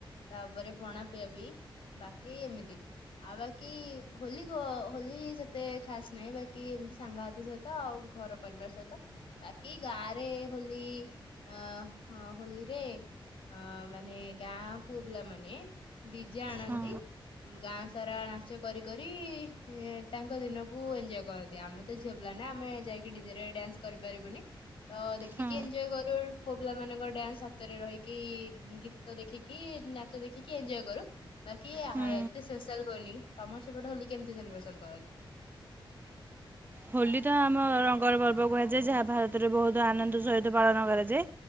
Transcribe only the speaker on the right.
ହଁ
ହୁଁ।
ହୁଁ
ହୋଲି ତ ଆମ ରଙ୍ଗର ପର୍ବ କୁହାଯାଏ ଯାହା ଭାରତରେ ବହୁତ ଆନନ୍ଦ ସହିତ ପାଳନ କରାଯାଏ,